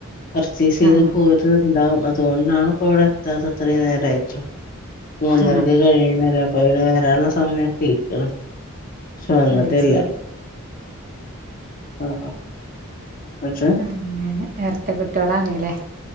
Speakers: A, on the left; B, on the right.
A: പർച്ചേസെയ്ത്
B: ആ ആ
A: പോര്ന്ന്ണ്ടാവും അത് തൊണ് ണാണ് ഇപ്പവ്ടെ എത്താതെ ത്രീം നേരമായിട്ടും മൂന്നരക്ക്
B: ആ
A: കഴിയുണേഅല്ലേ അ അപ്പൊ പിന്നെ വരാനുള്ള സമയമൊക്കെ അയിക്ക്ണ് ശോ വന്നിട്ടില്ല
B: അത് ശരി
A: അ ആ ന്നച്ചാ
B: അങ്ങനെ എറട്ട കുട്ട്യോളാണ് ലേ